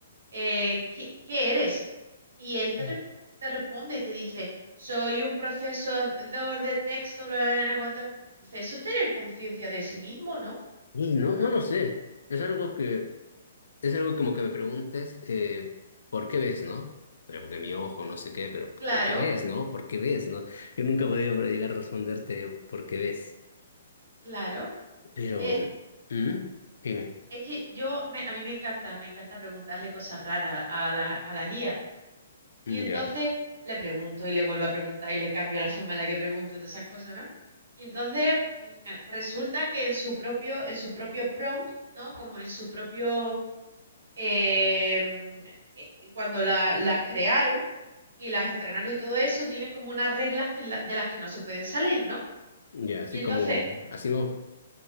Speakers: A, on the right (about 80°); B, on the left (about 75°).
A: eh, ¿qué, qué eres? Y él te,
B: Mm.
A: re- te responde y te dice, soy un procesador de texto, bla, bla, bla, bla, cuánto". Entonces, eso es tener conciencia de sí mismo, ¿no?
B: Y no,
A: ¿O
B: no
A: no?
B: lo sé. Es algo que, es algo como que me preguntes, eh, ¿por qué ves, no? Pero porque mi ojo, no sé qué, pero
A: Claro,
B: ¿por qué ves, no? ¿Por qué ves, no? Yo nunca he podido llegar a responderte ¿por qué ves?
A: claro.
B: Pero,
A: Eh,
B: ¿mm? Dime.
A: Es que yo, me, a mí me encanta, me encanta preguntarle cosas raras a la, a la IA.
B: Mm,
A: Y entonces
B: Ya.
A: le pregunto y le vuelvo a preguntar y le cambio la forma en la que pregunto y todas esas cosas, ¿no? Y entonces mm, resulta que en su propio, en su propio prompt, ¿no? Como en su propio, eh, mm, eh, cuando la- las crearon y las entrenaron y todo eso, tienen como unas reglas que la- de las que no se pueden salir, ¿no?
B: Ya, así
A: Y entonces,
B: como, así no.